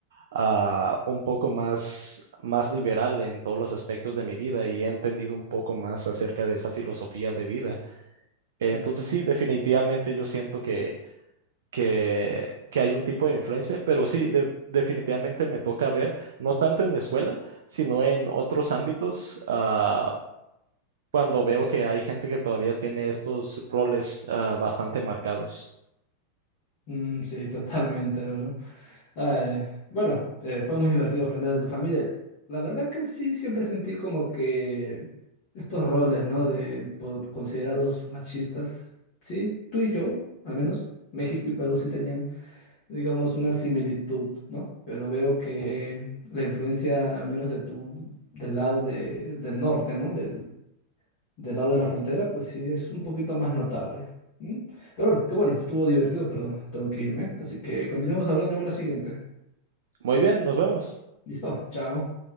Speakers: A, on the right; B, on the left.
A: ah, un poco más, más liberal en todos los aspectos de mi vida y he entendido un poco más acerca de esa filosofía de vida. Eh,
B: Mm,
A: Entonces sí, definitivamente yo siento que que, que hay un tipo de influencia, pero sí, de- definitivamente me toca ver, no tanto en mi escuela, sino en otros ámbitos, ah, cuando veo que hay gente que todavía tiene estos roles, ah, bastante marcados.
B: mm, sí, totalmente, ¿verdad? Eh, bueno, eh, fue muy divertido aprender de tu familia. La verdad que sí, siempre sentí como que estos roles, ¿no? De po- considerados machistas, sí, tú y yo, al menos, México y Perú sí tenían digamos, una similitud, ¿no? Pero veo que
A: Ujú.
B: la influencia, al menos de tu, del lado de- del norte, ¿no? Del, del lado de la
A: Ujú.
B: frontera, pues sí es un poquito más notable. ¿Mm? Pero bueno, qué bueno, estuvo divertido, pero tengo que irme. Así que continuamos hablando en una siguiente.
A: Muy bien, nos vemos.
B: ¿Listo? Chao.